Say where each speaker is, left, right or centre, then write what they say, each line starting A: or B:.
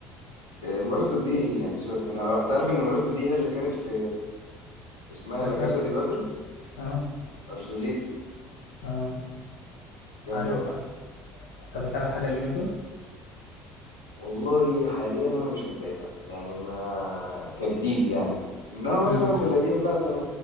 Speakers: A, on the left (about 85°); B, on the left (about 70°).
A: آه، مراته دي يعني سيبك منها تعرف ان مراته دي هي اللي كانت في في اسمها
B: لا
A: لا
B: كذا
A: كاسا دي بابل
B: اه
A: ارجوليتا
B: اه
A: جامده
B: عارف
A: برضه
B: عارف طب تعالى حاجه اللي من دول
A: والله حاليا انا مش متابع يعني ما كجديد يعني انما مثلا
B: امم
A: في القديم لا ده انا